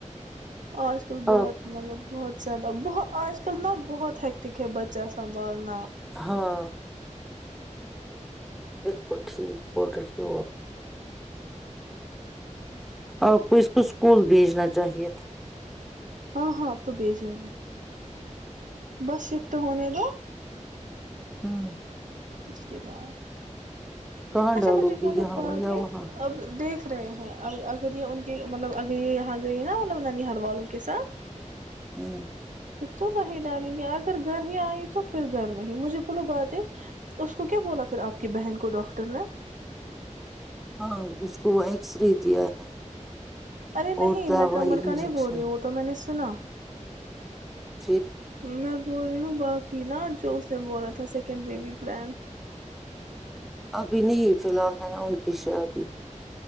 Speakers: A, on the right; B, in the centre.
A: آج کل بہت
B: آپ
A: مطلب بہت بہت آج کل نہ بہت ہییکٹک ہے بچہ آان بالنا
B: ہاں بالکل ٹھیک بول رہی ہوا آپ کو اس کو اسکول بھیجنا چاہیے تھا
A: ہاں ہاںب تو بھیجو گی بس شفٹ ہونے دو
B: ہاں
A: اس کے بعد
B: کہاں
A: اچھا
B: ڈالو
A: مجھے
B: گی
A: بولو
B: یہاں
A: بات
B: یا
A: یہ
B: وہاں
A: اب دیکھ رہے ہیں ا ا یہ ان کی مطلب اگر یہ یہاں گئی نا مطلب ننار والوں کے ساتھ
B: ہاں
A: پھر تو وہی ڈالیں گے اگر گھر ہی آئی تو پھر گھر میں ہی مجھے بولو بات ایک اس کو کیا بولا پھر آپ کی بہن کو ڈاکر اٹنا
B: ہاں اس کو وہ ایکس رے دیا ہے
A: ارے نہیں
B: اور دوائی
A: میں کمر
B: انجیکشن
A: کا نہیں بول رہی ہوں تو میں نے سنا
B: پھر
A: میں بول رہی ہوں باقی نا جو اس نے بولا تھا سیکنڈ بیبی پلان
B: ابھی نہیں فی الحال ہے نا ان کی شادی